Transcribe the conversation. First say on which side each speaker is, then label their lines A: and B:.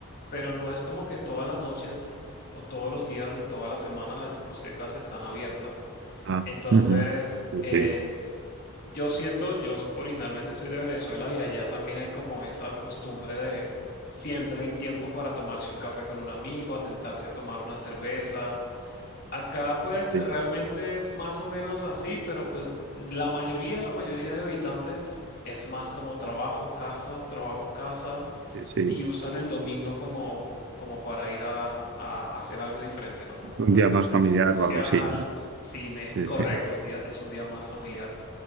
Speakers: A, on the left; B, on the right.
A: pero no es como que todas las noches o todos los días de toda la semana las discotecas están abiertas.
B: Ah,
A: Entonces,
B: ujú. Sí,
A: eh, yo siento, yo originalmente soy de Venezuela y allá también hay como esa costumbre de siempre hay tiempo para tomarse un café con un amigo, a sentarse a tomar una cerveza. Acá pues
B: sí, sí,
A: realmente es más o menos así, pero pues la mayoría, la mayoría de habitantes es más como trabajo, casa, trabajo, casa
B: sí. sí.
A: y usan el domingo como, como para ir a, a hacer algo diferente, ¿no? Como para
B: Un día
A: ir al
B: más
A: centro
B: familiar
A: comercial,
B: o algo así.
A: cine,
B: Sí,
A: correcto,
B: sí.
A: un día es un día más familiar.